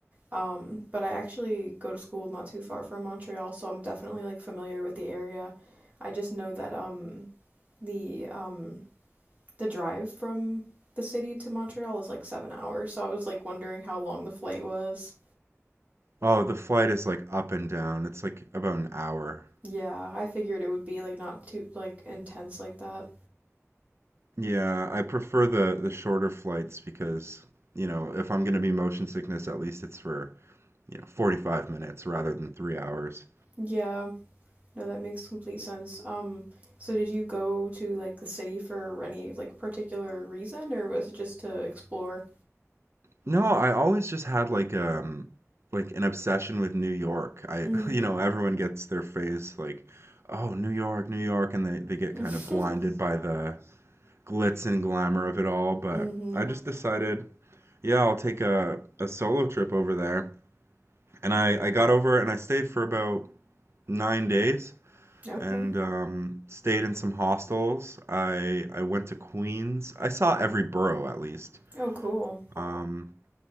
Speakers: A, on the right; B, on the right.
A: Um, but I actually go to school not too far from Montreal, so I'm definitely like familiar with the area. I just know that um the um the drive from the city to Montreal is like seven hours, so I was like wondering how long the flight was.
B: Oh, the flight is like up and down. It's like about an hour.
A: Yeah, I figured it would be like not too like intense like that.
B: Yeah, I prefer the the shorter flights because, you know, if I'm going to be motion sickness, at least it's for, you know, 45 minutes rather than three hours.
A: Yeah, no, that makes complete sense. Um, so did you go to like the city for any like particular reason, or was it just to explore?
B: No, I always just had like um like an obsession with New York. I,
A: Mm-hmm.
B: <laughs> you know, everyone gets their phase like, oh, New York, New York, and they they get
A: <laughs>
B: kind of blinded by the glitz and glamour of it all, but
A: Mm-hmm.
B: I just decided, yeah, I'll take a a solo trip over there. And I I got over and I stayed for about 9 days.
A: Okay.
B: and um, stayed in some hostels. I I went to Queens. I saw every borough at least.
A: Oh, cool.
B: Um,